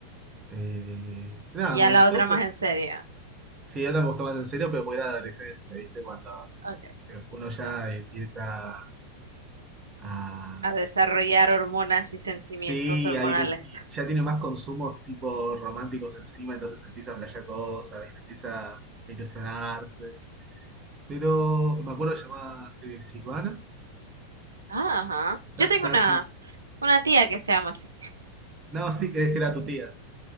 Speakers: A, on the right; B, on the right.
A: Eh, nada,
B: Y ya
A: me gustó,
B: la otra
A: pero.
B: más en serio.
A: Sí, otra me gustó más en serio, pero porque era adolescencia, ¿viste? Cuando
B: Ok.
A: eh, uno ya empieza a...
B: A desarrollar hormonas y sentimientos
A: Sí,
B: hormonales.
A: a ilus- y ya tiene más consumos tipo románticos encima, entonces empieza a playar cosas, ¿viste? Empieza a ilusionarse. Pero me acuerdo que se llamaba eh, Silvana.
B: Ah, Ajá.
A: Ta-
B: Yo tengo
A: estaba
B: una,
A: en prim-
B: una tía que se llama así.
A: No, sí, es que era tu tía.